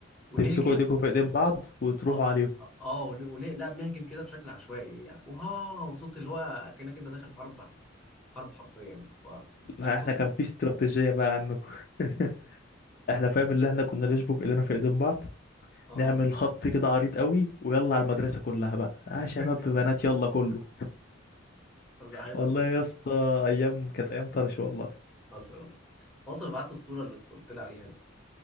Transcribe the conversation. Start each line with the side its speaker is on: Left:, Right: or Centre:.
Centre: ونهجم
Left: تمسكوا ايديكم في ايدين بعض وتروحوا
Centre: اه
Left: عليهم
Centre: اه آه، ون- ون- لا بنهجم كده بشكل عشوائي يعني واو صوت اللي هو كأنك انت داخل في حرب حرب حرفيا فكان
Left: لا
Centre: صوت
Left: احنا كان في استراتيجية بقى عنكم <laughs> احنا فاهم اللي احنا كنا نشبك ايدينا في ايدين بعض
Centre: اه
Left: نعمل خط كده عريض قوي ويلا على المدرسه كلها بقى
Centre: <laughs>
Left: اه شباب بنات يلا كله
Centre: طب ده حلو
Left: والله
Centre: والله
Left: يا اسطى ايام كانت ايام طرش والله
Centre: حصل والله خلاص انا بعت الصورة اللي قلت لي عليها دي